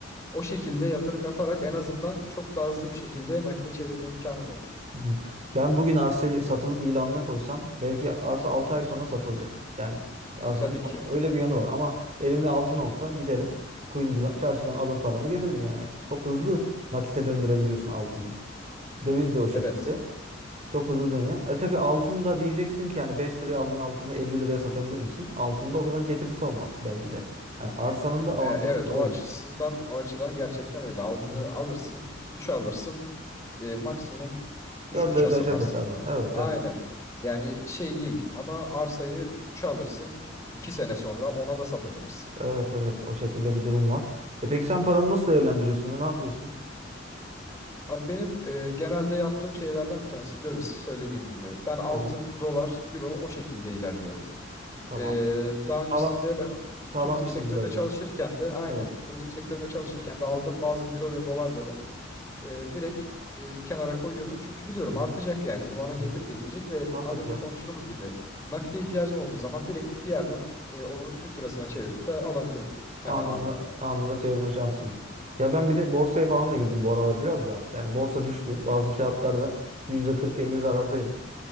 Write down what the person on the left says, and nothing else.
O şekilde yatırım yaparak en azından çok daha hızlı bir şekilde nakite çevirme imkanın olur.
E, tabii ki.
Evet.
E, Evet o
açısından o açıdan gerçekten öyle. Altını
alırsın, 3 alırsın, e, maksimum 3.5'a
satarsın.
Aynen.
Yani şey değil ama arsayı 3'e alırsın, 2 sene sonra ona da satabilirsin.
Abi benim e, genelde yaptığım şeylerden bir tanesi döviz. Söylediğim gibi ben altın,
dolar, euro o şekilde ilerliyorum.
E, daha öncesinde
ben
turizm sektöründe
çalışırken
de aynen
turizm sektöründe çalışırken de aldığım bazı euro ve dolarları e, direkt e, kenara koyuyordum. Çünkü biliyorum
artacak yani. Bu bana
getiri
getirecek ve
az önce konuştuğumuz gibi nakite ihtiyacım olduğu zaman direkt bir yerden e, onu Türk lirasına çevirip de alabilirim hemen
anında.